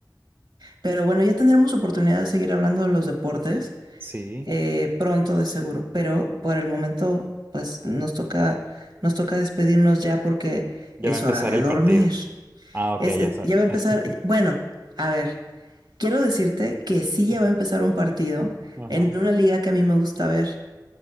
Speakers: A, on the right; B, on the right.
A: Pero bueno, ya tendremos oportunidad de seguir hablando de los deportes
B: Sí,
A: eh, pronto, de seguro. Pero por el momento, pues nos toca, nos toca despedirnos ya porque
B: ya
A: es
B: va a empezar
A: hora de
B: el
A: dormir.
B: partido. Ah, ok,
A: Es, es-
B: ya será.
A: ya va a empezar,
B: <laughs>
A: bueno, a ver, quiero decirte que sí
B: Ajá,
A: ya va a empezar un partido
B: ajá,
A: en una liga que a mí me gusta ver,